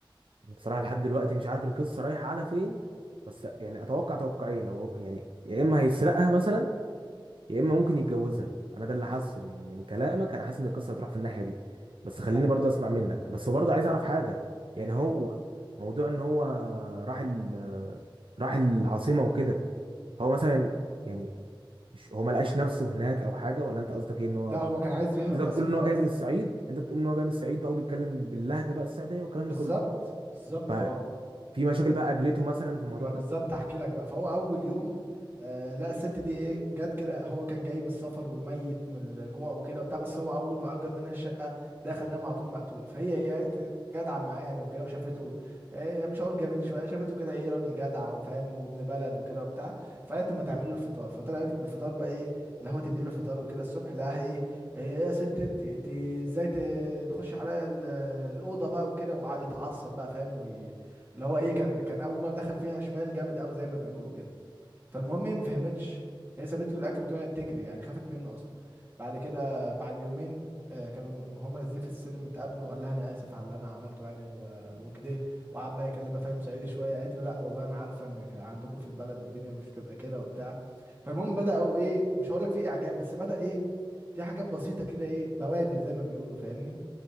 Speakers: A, on the right (about 75°); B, on the right (about 25°).
A: انا بصراحه لحد دلوقتي مش عارف القصه رايحه على فين بس يعني اتوقع توقعين لو هو- يعني يا اما هيسرقها مثلا يا اما ممكن يتجوزها انا ده اللي حاسه من من كلامك انا حاسس ان القصه هتروح في الناحيه دي بس
B: لا
A: خليني برضه اسمع منك بس برضه عايز اعرف حاجه
B: إيه.
A: يعني هو موضوع ان هو راح ال راح العاصمه وكده هو مثلا يعني مش هو ما لقاش نفسه هناك او حاجه ولا انت قصدك ايه ان هو
B: لا هو كان عايز يهرب
A: انت
B: بس
A: بتقول
B: وخلاص
A: ان هو جاي من الصعيد انت بتقول ان هو جاي من الصعيد بقى وبيتكلم باللهجه بقى الصعيديه والكلام
B: بالظبط
A: ده كله
B: بالظبط
A: ففي
B: هو
A: مشاكل بقى قابلته مثلا في الموضوع
B: ما
A: ده
B: بالظبط احكي لك بقى فهو اول يوم آه لا الست دي ايه جت كده هو كان جاي من السفر وميت من الجوع وكده وبتاع بس هو اول ما اجر منها الشقه دخل نام على طول مقتول فهي ايه قالت جدعه معاه يعني وكده وشافته إيه مش هقول جميل شويه شافته كده ايه راجل جدع وفاهم وابن بلد وكده وبتاع فقالت اما تعمل له الفطار فطلعت بالفطار بقى ايه اللي هو تدي له الفطار وكده الصبح لقاها ايه ايه يا ست انت انت ازاي ت- تخش على ال- الاوضه بقى وكده وقعد يتعصب بقى فاهم اللي هو ايه كان كان اول مره دخل فيها شمال جامد قوي زي ما بيقولوا كده فالمهم هي ما فهمتش هي سابت له الاكل وطلعت تجري يعني خافت منه اصلا بعد كده بعد يومين آه، كانوا هم نازلين في السلم اتقابلوا قال لها انا اسف على اللي انا عملته يعني و- وكده وقعد بقى يكلمها فاهم صعيدي شويه قالت له لا والله انا عارفه انك عندكم في البلد الدنيا مش بتبقى كده وبتاع فالمهم بداوا ايه مش هقول لك في اعجاب بس بدا ايه في حاجات بسيطه كده ايه بوادر زي ما بيقولوا فاهمني